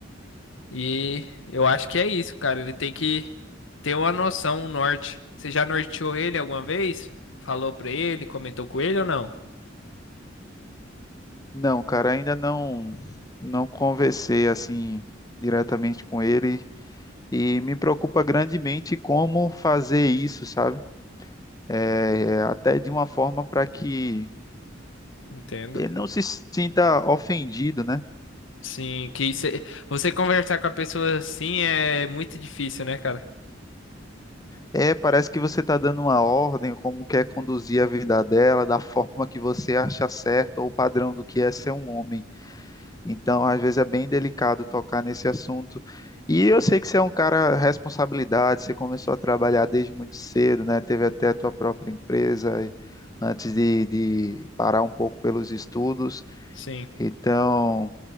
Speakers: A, on the left; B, on the left.
A: E eu acho que é isso, cara. Ele tem que ter uma noção, um norte. Você já norteou ele alguma vez? Falou pra ele, comentou com ele ou não?
B: Não, cara, ainda não não conversei assim diretamente com ele e me preocupa grandemente como fazer isso, sabe? É, até de uma forma para que
A: Entendo.
B: ele não se sinta ofendido, né?
A: Sim, que isso é- você conversar com a pessoa assim é muito difícil, né, cara?
B: É, parece que você está dando uma ordem, como quer conduzir a vida dela, da forma que você acha certa ou o padrão do que é ser um homem. Então, às vezes é bem delicado tocar nesse assunto. E eu sei que você é um cara responsabilidade, você começou a trabalhar desde muito cedo, né? Teve até a tua própria empresa e- antes de, de parar um pouco pelos estudos.
A: Sim,
B: Então,